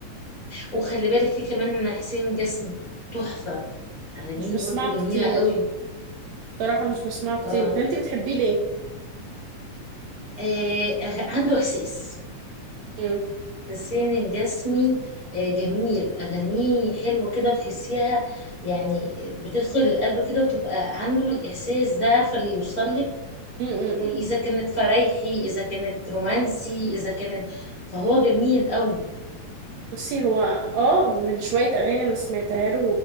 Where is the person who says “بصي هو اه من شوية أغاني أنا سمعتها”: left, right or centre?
Right